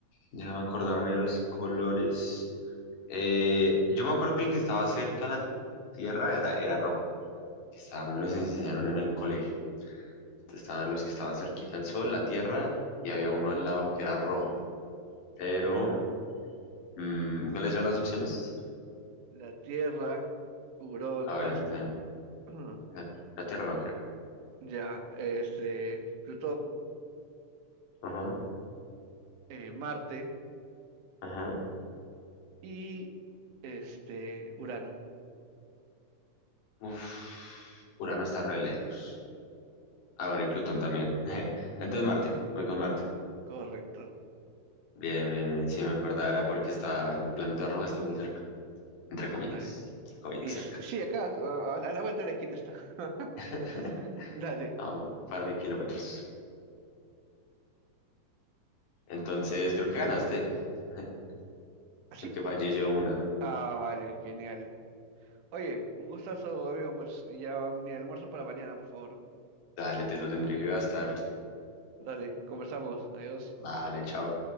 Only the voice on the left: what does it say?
déjame acordarme de los colores. Eh, yo me acuerdo que el que estaba cerca a la tierra era, era rojo. que Estaba, me los enseñaron en el colegio. Estaban los que estaban cerquita del sol, la tierra, y había uno al lado que era rojo. Pero, mm, ¿cuáles eran las opciones?
Ah, Obviamente,
la, la tierra no creo.
Ajá,
ajá.
Uf, Urano está re lejos. Ah, bueno, y Plutón también. <laughs> Entonces Marte, voy con Marte.
Bien, bien, bien. Sí me acordaba, era porque está, el planeta rojo está muy cerca. Entre comillas,
comillas
cerca.
<laughs>
A un par de kilómetros. Entonces creo que ganaste. <laughs>
Porque fallé yo una.
Dale, te lo tendré que gastar.
Vale, chao.